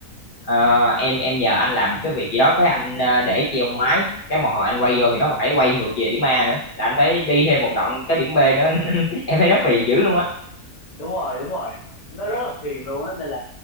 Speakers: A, on the left; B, on the left.
A: ờ, em em nhờ anh làm một cái việc gì đó cái anh ờ, để treo máy cái một hồi anh quay vô thì nó còn phải quay ngược về điểm A nữa là anh phải đi thêm một đoạn tới điểm B nữa <laughs> em thấy nó phiền dữ luôn á
B: đúng rồi đúng rồi nó rất là phiền luôn á nên là